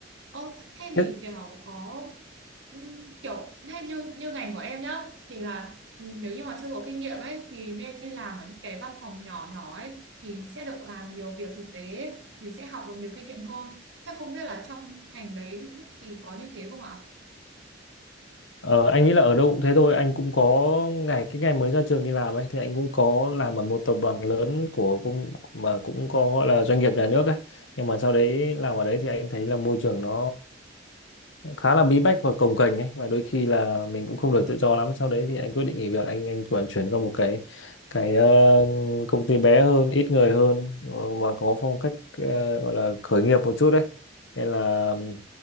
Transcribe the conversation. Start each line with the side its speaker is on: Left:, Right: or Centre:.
Right: ô thế
Left: Thế,
Right: thì kiểu có ừm, kiểu thế như như ngành của em nhá thì là ừm, nếu như mà chưa có kinh nghiệm ấy thì nên đi làm ở những cái văn phòng nhỏ nhỏ ấy thì sẽ được làm nhiều việc thực tế ấy, thì sẽ học được nhiều kinh nghiệm hơn thế không biết là trong ngành đấy thì có như thế không ạ
Left: ờ, anh nghĩ là ở đâu cũng thế thôi anh cũng có ngày cái ngày mới ra trường đi làm ấy thì anh cũng có làm ở một tập đoàn lớn của cũng mà cũng có gọi là doanh nghiệp nhà nước ấy nhưng mà sau đấy làm ở đấy thì anh thấy là môi trường nó khá là bí bách và cồng kềnh ấy và đôi khi là mình cũng không được tự do lắm sau đấy thì anh quyết định nghỉ việc anh anh chuyển chuyển qua một cái cái ờ, công ty bé hơn ít người hơn ờ, và có phong cách ờ, gọi là khởi nghiệp một chút đấy nên là, ừm,